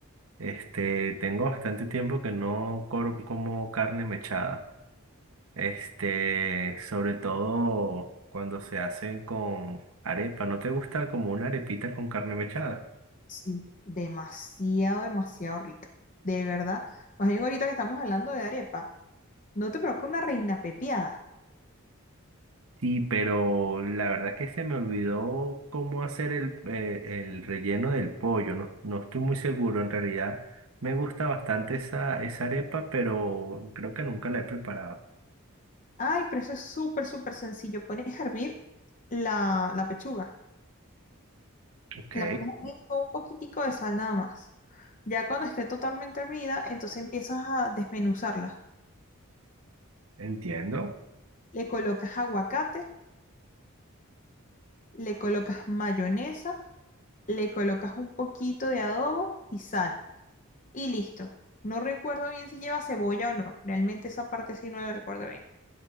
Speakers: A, on the right (about 75°); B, on the left (about 35°).
A: Este, tengo bastante tiempo que no cor- como carne mechada. Este, sobre todo cuando se hacen con arepa. ¿No te gusta como una arepita con carne mechada?
B: Sí, demasiado, demasiado rica. De verdad. Más bien ahorita que estamos hablando de arepa, no te provoca una reina pepiada.
A: Sí, pero la verdad que se me olvidó cómo hacer el, eh, el relleno del pollo. No, no estoy muy seguro. En realidad me gusta bastante esa, esa arepa, pero creo que nunca la he preparado.
B: Ay, pero eso es súper, súper sencillo. Pones a hervir la, la pechuga.
A: Ok,
B: La pones a hervir con un poquitico de sal nada más. Ya cuando esté totalmente hervida, entonces empiezas a desmenuzarla.
A: entiendo.
B: Le colocas aguacate, le colocas mayonesa, le colocas un poquito de adobo y sal. y listo. No recuerdo bien si lleva cebolla o no. Realmente esa parte sí no la recuerdo bien.